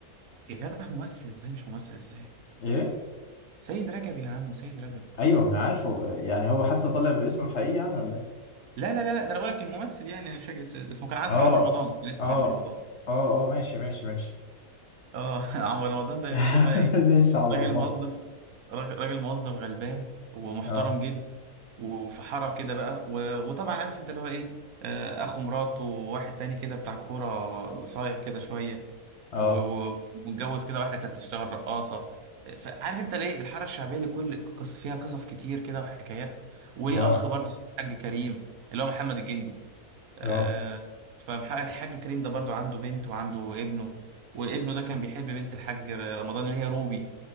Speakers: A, on the right; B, on the left.
A: يا جدع ممثل ازاي مش ممثل ازاي
B: ايه
A: سيد رجب يا عم سيد رجب
B: ايوه ما انا عارفه يعني هو حتى طالع باسمه الحقيقي يعني ولا ايه
A: لا لا لا لا ده انا بقول لك الممثل يعني انا مش فاكر اس- اسمه كان عايز
B: اه
A: اسمه عمرو رمضان كان اسمه
B: اه
A: عمرو رمضان
B: اه اه ماشي ماشي ماشي
A: اه <laughs> عمرو رمضان ده
B: <laughs>
A: يا باشا بقى ايه
B: ليش على اللخبطه
A: راجل موظف راجل راجل موظف غلبان ومحترم
B: اه
A: جدا وفي حارة كده بقى و... وطبعا عارف انت اللي هو ايه آه، اخو مراته وواحد تاني كده بتاع كورة صايع كده شوية
B: اه
A: و... و... ومتجوز كده واحدة كانت بتشتغل رقاصة آه، فعارف انت ليه الحارة الشعبية اللي كل قص... فيها قصص كتير كده وحكايات وليه
B: اه
A: اخ برضه اسمه الحاج كريم اللي هو محمد الجندي آه،
B: اه
A: فالحاج كريم ده برضه عنده بنت وعنده ابنه وابنه ده كان بيحب بنت الحاج رمضان اللي هي روبي